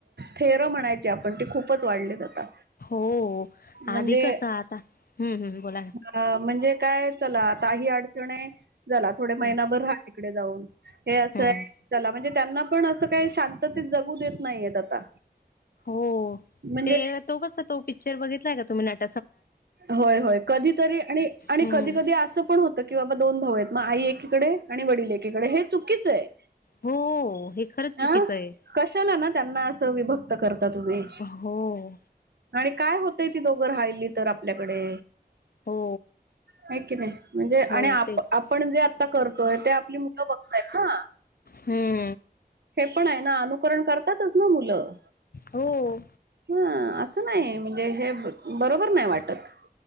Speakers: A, on the right; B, on the left.
A: थेर म्हणायची आपण ती खूपच वाढलेत आता
B: हो आधी
A: म्हणजे
B: कसं आता हम्म हम्म बोला ना
A: अ म्हणजे काय? चला आता ही अडचण आहे झाला थोडे महिनाभर
B: हम्म
A: राहा तिकडे जाऊन. हे असं
B: हम्म
A: चला म्हणजे त्यांना पण असं काही शांततेत जगू देत नाहीयेत आता
B: हो
A: म्हणजे
B: ते तो कसा तो पिक्चर बघितलाय का तुम्ही नट
A: होय होय कधीतरी आणि आणि
B: हम्म
A: कधी कधी असं पण होतं की बाबा दोन भाऊ आहेत म आई एक एकीकडे आणि वडील एकीकडे हे चुकीचय.
B: हो हे खरंच
A: अ
B: चुकीचं आहे
A: कशाला ना त्यांना अस विभक् क्त करता तुम्ही
B: हो
A: आणि काय होतंय ती दोघं राहिली तर आपल्याकडे
B: हो
A: हाय की नाय म्हणजे
B: हो
A: आणि आप
B: तेच
A: आपण जे आता करतोय ते आपली मुलं बघताय ना.
B: हम्म
A: हे पण आहे ना अनु करण करतातच ना मुलं
B: हो
A: ह असं नाही म्हणजे हे ब बरोबर नाय वाटत